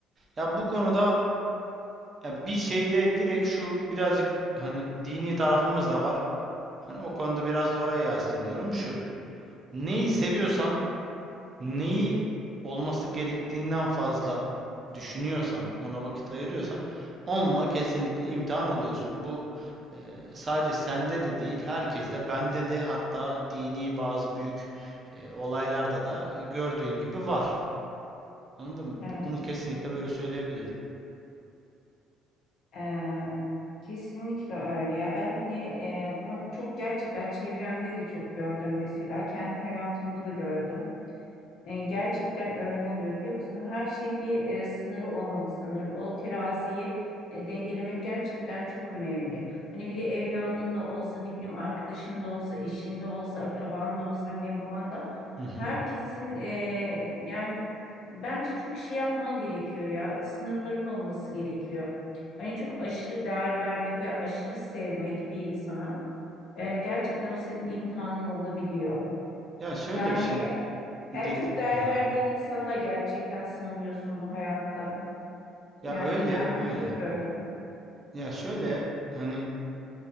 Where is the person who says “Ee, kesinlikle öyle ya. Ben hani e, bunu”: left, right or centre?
Left